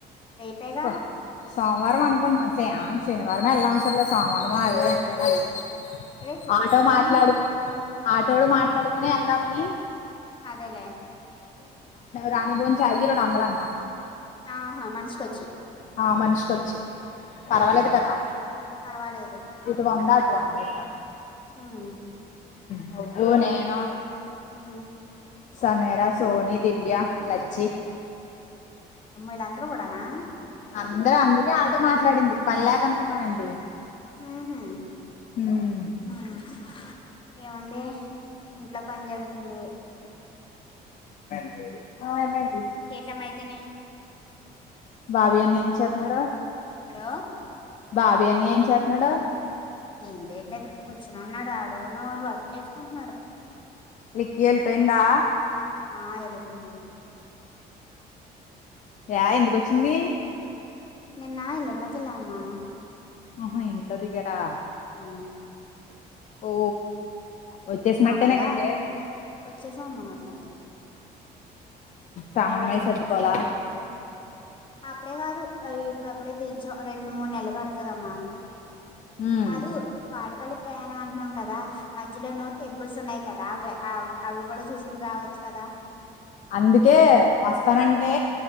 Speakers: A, on the left (about 30°); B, on the left (about 45°).
A: రేపేగా
B: స సోమవారం అనుకుంటున్నా సే శనివారం వెళ్లాల్సిన అవసరం లేదు ఆదివారం సోమవారం ఎప్పుడైనా వెళ్లొచ్చు
A: రేపు శుక్రవారం
B: ఆటో మాట్లాడుకు
A: కదమ్మా
B: ఆటోడు మాట్లాడుకుని వెళ్దామని
A: అదేలేే
B: రాను పోను చాట్ చేయలేవు రెండు వందనాలు అంట
A: ఆహా మనిషికోచి
B: ఆ మనిషికిచ్చి పర్వాలేదు కదా
A: ఉమ్, పర్వాలేదు
B: ఇటు వంద వందే కదా
A: ఉమ్
B: నువ్వు నేను
A: హ
B: సమేరా సోని దివ్య లచ్చి
A: వీళ్ళందరూ కూడానా
B: అందరూ అందుకే ఆటో మాట్లాడింది పని లేక అనుకున్నావెంటి
A: ఉహు
B: ఉమ్
A: ఉమ్ ఏముంది ఇంట్లో పని జరుగుతుంది
B: అవునా ఏం పని
A: ఇంకేంటమ్మా అయితేనే
B: బాబీ అన్నయా ఏం చేస్తున్నారా
A: హలో
B: బాబి అన్నయా ఏం చేస్తున్నాడు
A: ఏం చెయలేదు కూర్చుని ఉన్నాడు ఆడను వర్క్ చేసుకుంటున్నాడు
B: నిక్కి వెళ్ళిపోయిందా
A: ఆ వెళ్ళిపోయింది
B: యా ఎందుకొచ్చింది
A: నిన్న ఇళ్లల్లోకి వెళ్ళామమ్మా
B: ఆహా ఇంట్లో దిగారా
A: ఆ
B: ఓ వచ్చేసినట్టేనా
A: మామూలుగా
B: ఇక్కడికి
A: వచ్చేసాం మ్మా మొత్తానికి
B: సామాన్
A: అవాళ
B: అయి
A: కరెంట్
B: సర్దుకోవాలా
A: పని జరుగుతుంది అప్పుడే కాదు అ ఇప్పుడు అప్పుడే దించం రెండు మూడు నె నిలబడుతదమ్మా
B: ఉమ్
A: కాదు వాడపల్లి ప్రయాణం అంటున్నాం కదా మధ్యలోనూ టెంపుల్స్ ఉన్నాయి కదా అవి అవి కూడా చూసుకుని రావచ్చు కదా
B: అందుకే వస్తానంటే